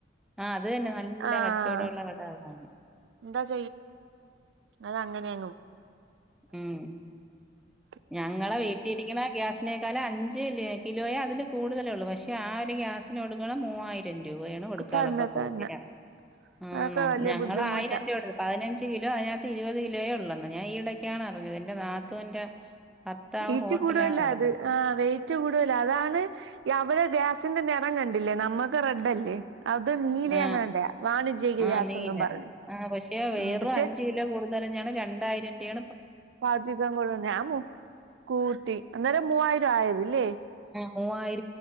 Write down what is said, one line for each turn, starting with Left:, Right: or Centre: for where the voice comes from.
Centre: ആ അത് തന്നെ നല്ല
Right: ആഹ്
Centre: കച്ചവടൊള്ള കട അതാണ്
Right: എന്താ ചെയ്യാനാ അതങ്ങനെയങ്ങും
Centre: ഉം.
Right: <unintelligible>
Centre: ഞങ്ങളെ വീട്ടിരിക്കണ ഗ്യാസിനേക്കാൾ അഞ്ച് ലെ കിലോയേ അതില് കൂടുതൽ ഒള്ളൂ പക്ഷെ ആ ഒരു ഗ്യാസിന് കൊടുക്കണം മൂവായിരം രിം രൂപയാണ് കൊടുക്കായുള്ളെ
Right: തന്നെ
Centre: അപ്പം കുട്ടിലാ
Right: തന്നെ
Centre: ആ
Right: അതൊക്കെ
Centre: നമ്മ
Right: വലിയ
Centre: ഞങ്ങൾ
Right: ബുദ്ധിമുട്ടാ
Centre: ആയിരം രൂപ കൊട് പതിനഞ്ച് കിലോ അതിനകത്ത് ഇരുപത് കിലോയെ ഒള്ളെന്ന് ഞാൻ ഈയിടക്കാണ് അറിഞ്ഞത് എന്റെ നാത്തൂന്റെ ഭർത്താവ്
Right: വെയ്റ്റ്
Centre: ഹോട്ടലാണ്
Right: കൂടുവല്ല
Centre: നടത്തുന്നത്
Right: അത് ആ വെയ്റ്റ് കൂടുവല്ല അതാണ് അവരെ ഗ്യാസിന്റെ നിറം കണ്ടില്ലേ നമ്മക്ക് റെഡ് അല്ലേ അത് നീലയെങ്ങാണ്ടയാ
Centre: ആ
Right: വാണിജ്യക
Centre: ആ
Right: ഗ്യാസെന്നും
Centre: നീല
Right: പറഞ്ഞ്
Centre: ആ പക്ഷേ വെറും
Right: ആ പക്ഷെ
Centre: അഞ്ചു കിലോ കൂടുതല്നാണ് രണ്ടായിരം രൂ
Right: പാചകം കൊള്ളും ഞാൻ കൂട്ടി അന്നേരം മൂവായിരം ആയത് ഇല്ലേ
Centre: മൂവായി